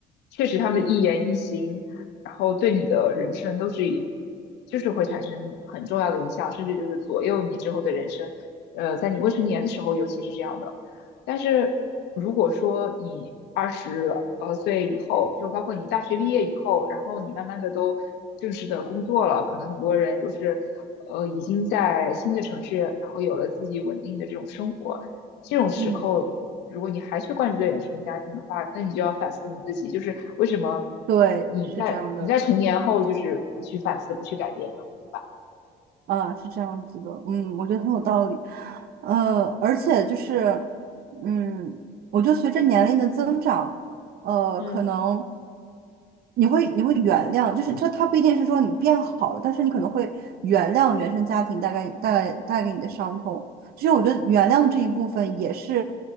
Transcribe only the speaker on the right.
嗯，
对，
是这样的，
啊，是这样子的，嗯，我觉得很有道理，呃，而且就是，嗯，我觉得随着年龄的增长，呃，
可能你会你会原谅，就是这它不一定是说你变好了，但是你可能会原谅原生家庭带给带来带给你的伤痛，其实我觉得原谅这一部分也是，